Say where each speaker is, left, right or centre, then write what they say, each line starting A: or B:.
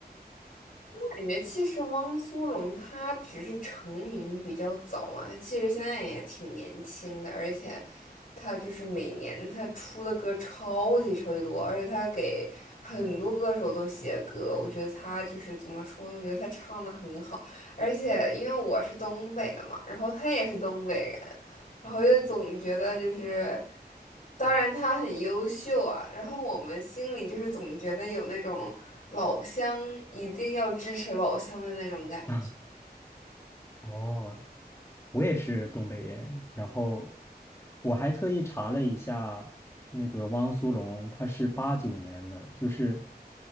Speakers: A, on the left (about 55°); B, on the left (about 15°).
A: 感觉其实汪苏泷他只是成名比较早嘛，他其实现在也挺年轻的，而且他就是每年他出的歌超级超级多，而且他给很多歌手都写歌，我觉得他就是怎么说呢？我觉得他唱的很好，而且因为我是东北的嘛，然后他也是东北人，然后就总觉得就是。当然他很优秀啊，然后我们心里就是总觉得有那种老乡一定要支持老乡的那种感觉。
B: <laughs> 哦，我也是东北人，然后我还特意查了一下，那个汪苏泷他是八九年的，就是